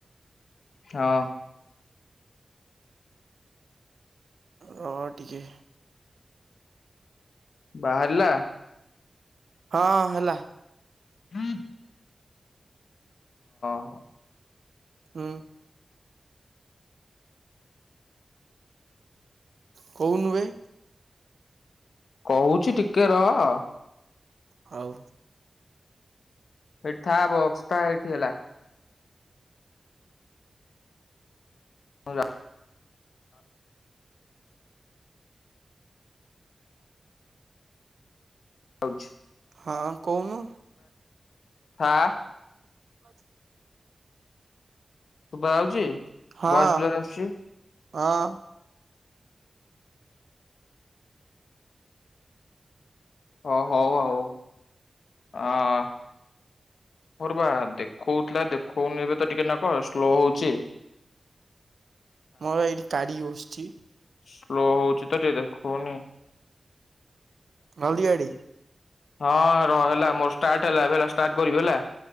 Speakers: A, on the left; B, on the right.
A: ହଁ।
B: ହ ଟିକେ
A: ବାହାରିଲା।
B: ହଁ ହେଲା।
A: ହଁ <inaudible>
B: ହୁଁ। କଉ ନୁହେ। <inaudible>
A: କହୁଚ ଟିକେ ରହ।
B: ହଉ।
A: ଏଇଠି ବକ୍ସଟା ଏଇଠି ହେଲା। ହଉଲା <inaudible> ହଉଛି।
B: ହଁ କହୁନୁ।
A: ହଁ।
B: ଆ
A: ଶୁଭା ଯାଉଛି
B: ହଁ
A: ଭଏସ କ୍ଲିୟର ଆସୁଛି?
B: ହଁ।
A: ହ ହଉ ହଉ ଆଉ। ହଁ। ମୋର ବା ଦେଖଉଥିଲା ଦେଖଉନି ଏବେ ତ ଟିକେ ନ କ ସ୍ଲୋ ହଉଚି।
B: ମୋର ଏଇଠି କାଢିକି ବସିଛି ।
A: ସ୍ଲୋ ହଉଛିି ତ ଟିକେ ଦେଖଉନି ।
B: ହଳଦୀ ଗାଡ଼ି।
A: ହଁ ରହ ହେଲା ମୋର ଷ୍ଟାର୍ଟ ହେଲା ଏବେ ଷ୍ଟାର୍ଟ କରିବି ହେଲା।